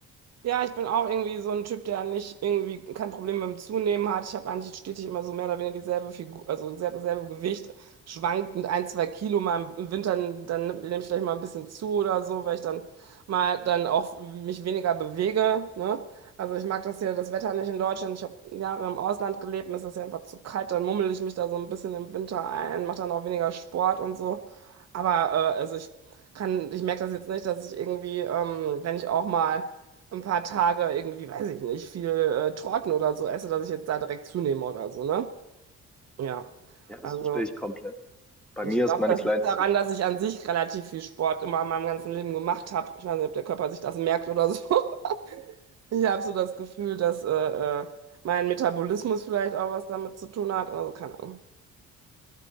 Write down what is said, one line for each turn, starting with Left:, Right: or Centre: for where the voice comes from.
Right: Ja, ich bin auch irgendwie so ein Typ, der nicht irgendwie kein Problem mit dem Zunehmen hat. Ich habe eigentlich stetig immer so mehr oder weniger dieselbe Figur, also dieselbe, dieselbe Gewicht, schwankend ein, zwei Kilo mal im im Winter, dann nehme ich vielleicht mal ein bisschen zu oder so, weil ich dann mal dann auch mich weniger bewege, ne? Also ich mag das hier, das Wetter nicht in Deutschland. Ich habe Jahre im Ausland gelebt, mir ist das ja einfach zu kalt, dann mummel ich mich da so ein bisschen im Winter ein, mache dann auch weniger Sport und so. Aber äh, also ich kann, ich merke das jetzt nicht, dass ich irgendwie, ähm, wenn ich auch mal ein paar Tage irgendwie, weiß ich nicht, viel äh, Torten oder so esse, dass ich jetzt da direkt zunehme oder so, ne? Ja.
Centre: Ja, das
Right: Also,
Centre: verstehe ich komplett. Bei mir
Right: ich glaube,
Centre: ist meine
Right: das
Centre: kleine
Right: liegt daran, dass ich an sich relativ viel Sport immer in meinem ganzen Leben gemacht habe. Ich weiß nicht, ob der Körper sich das merkt oder so. <laughs> Ich habe so das Gefühl, dass äh, äh, mein Metabolismus vielleicht auch was damit zu tun hat oder so, keine Ahnung.